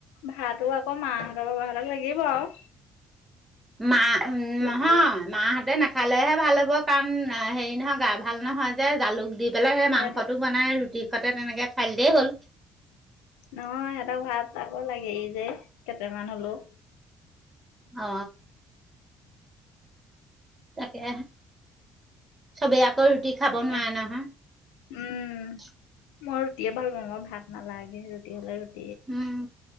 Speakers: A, on the left; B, on the right.
A: ভাতটো আকৌ মা হঁতক লাগিব আৰু
B: মা উ
A: ৰুটিও
B: নহয় মাহাহঁতে নাখালেহে ভাল হ'ব কাম হেৰি নহয় গা ভাল নহয় যে জালুক দি পেলাই সেই
A: সিহঁত
B: মাংসটো বনায় ৰুটিৰ সতে তেনেকৈ খাইদিলে হ'ল
A: নহ সিহঁতক ভাত আকৌ লাগে যে কেইটামান হলেও
B: অ তাকে চবেই আকৌ ৰুটি খাব
A: সেনেকা
B: নোৱাৰে নহয়
A: উম মই ৰুটিয়ে ভাল পাওঁ মই ভাত নালাগে ৰুটি হ'লে ৰুটি
B: উম